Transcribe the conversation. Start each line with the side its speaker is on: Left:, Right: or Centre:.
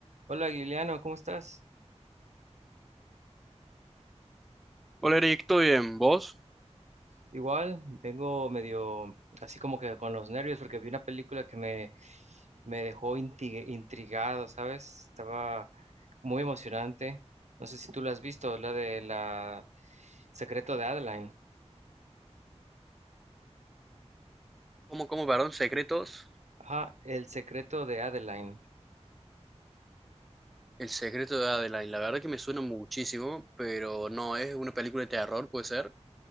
Right: Hola, Guiliano, ¿cómo estás?
Centre: Hola Eric, ¿todo bien? ¿Vos?
Right: Igual, vengo medio así como que con los nervios porque vi una película que me, me dejó inti- intrigado, ¿sabes? Estaba muy emocionante. No sé si tú la has visto, la de la Secreto de Adeline.
Centre: ¿Cómo, cómo, perdón, secretos?
Right: Ajá, El Secreto de Adeline.
Centre: El secreto de Adeline, la verdad que me suena muchísimo, pero no, es una película de terror, ¿puede ser?